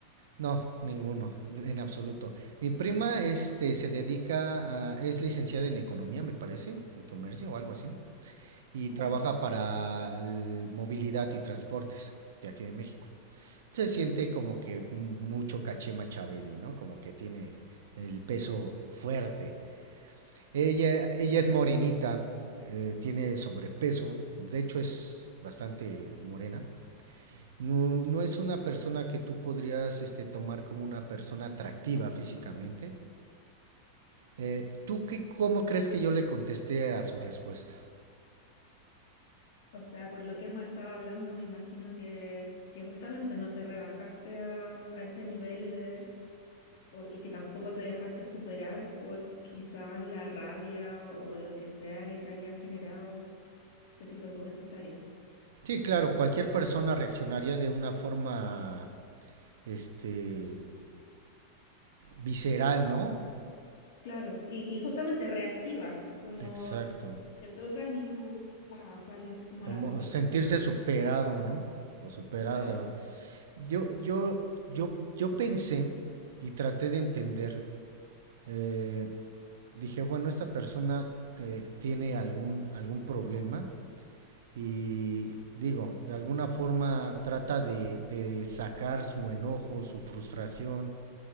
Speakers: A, on the right; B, on the left.
A: No, ninguno, en absoluto. Mi prima este, se dedica a, es licenciada en economía, me parece, en comercio o algo así, y
B: ya
A: trabaja para el movilidad y transportes de aquí de México. se siente como que mucho caché Machiavelli, ¿no? Como que tiene el peso fuerte. Ella, ella es morenita, eh, tiene sobrepeso, de hecho es bastante morena. No, no es una persona que tú podrías este, tomar como una persona atractiva físicamente. Eh, ¿Tú qué, cómo crees que yo le contesté a su respuesta?
B: O sea, por lo que hemos estado hablando, me imagino que, que justamente no te rebajaste a, a ese nivel de, o- y que tampoco te dejaste superar por quizás la rabia o lo que sea que te haya generado ese tipo de comentarios.
A: Sí, claro, cualquier persona reaccionaría de una forma este, visceral, ¿no?
B: Claro, y, y justamente reactiva, como
A: Exacto.
B: te tocan y tú pa, sales como
A: Como
B: al ataque.
A: sentirse superado, ¿no? O superada.
B: Claro.
A: Yo, yo, yo, yo pensé y traté de entender. eh, dije, bueno, esta persona eh, tiene algún, algún problema y digo, de alguna forma trata de, de sacar su enojo, su frustración.